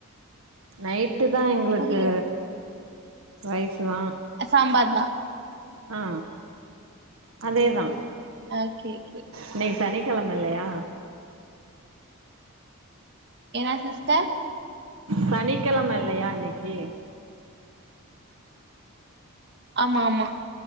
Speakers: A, on the right; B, on the right.
A: நைட்டு தா எங்களுக்கு
B: புரியல
A: ரைஸ்ஸு தா
B: அ சாம்பார்தா
A: ஆ அதேதா
B: ஆகே ஓகே
A: இன்னைக்கு சனிக்கெழம இல்லையா
B: என்னா சிஸ்டர்
A: சனிக்கெழம இல்லையா இன்னைக்கி
B: ஆமா ஆமா